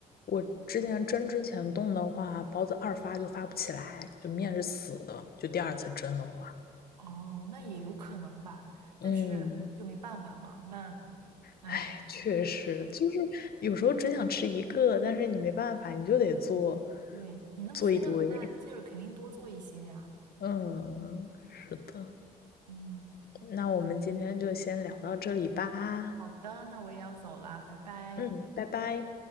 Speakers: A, on the left (about 45°); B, on the right (about 80°).
A: 我之前蒸之前冻的话，包子二发就发不起来，就面是死的，就第二次蒸的话。
B: 哦，那也有可能吧，
A: 嗯，
B: 但是就没办法嘛。那，哎，
A: 哎，确实，就是有时候只想吃一个，但是你没办法，你就得做
B: 对，你那么费那么大劲儿，
A: 做一堆。
B: 肯定多做一些呀。
A: 嗯，是的。
B: 嗯，
A: 那我们今天就先聊到这里吧。
B: 好的，那我也要走啦，拜拜。
A: 嗯，拜拜。